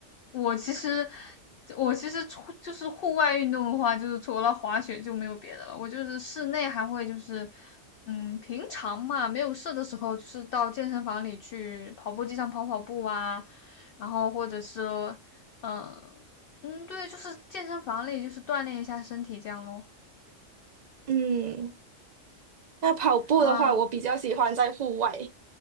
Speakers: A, on the left; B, on the right.
A: 我其实我其实除就是户外运动的话，就是除了滑雪就没有别的了。我就是室内还会就是，嗯，平常嘛，没有事的时候，就是到健身房里去跑步机上跑跑步啊，然后或者是，嗯、嗯，对，就是健身房里就是锻炼一下身体这样咯。
B: 嗯，那跑步的话，
A: 啊，
B: 我比较喜欢在户外，